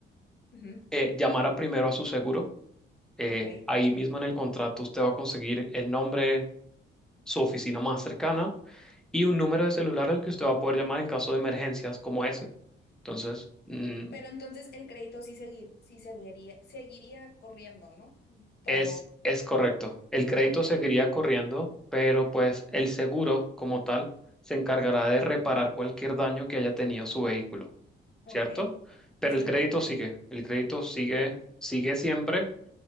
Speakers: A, on the left; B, in the centre.
A: Ujú,
B: eh, llamara primero a su seguro. Eh,
A: Ok.
B: ahí mismo en el contrato usted va a conseguir el nombre, su oficina más cercana y un número de celular al que usted va a poder llamar en caso de emergencias como ese. Entonces, mm,
A: Pero entonces el crédito sí, segui- sí seguiría, seguiría corriendo, ¿no? Todo.
B: Es, es correcto. El crédito
A: Ok.
B: seguiría corriendo, pero pues el seguro como tal se encargará de reparar cualquier daño que haya tenido su vehículo,
A: Ok.
B: ¿cierto? Pero
A: Sí.
B: el crédito sigue, el crédito sigue, sigue siempre,